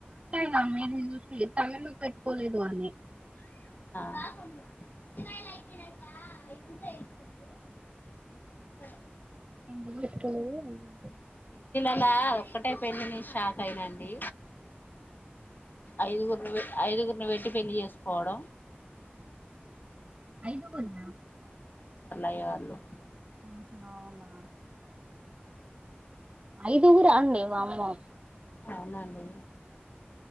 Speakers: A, on the right; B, on the left.
A: <unintelligible> పెట్టుకోలేదు ఆమె
B: <unintelligible> <unintelligible>
A: ఎందుకు పెట్టుకోలేదో ఏమో
B: ఇట్లా ఒక్కటే పెళ్లి చూసి షాక్ అయినండి ఐదుగుర్ని పె ఐదుగురిని పెట్టి పెళ్లి చేసు పోవడం
A: ఐదుగురిన
B: అయ్యగారులు
A: ఆహా అవునా ఐదుగురా అండి వామ్మో
B: అవునండి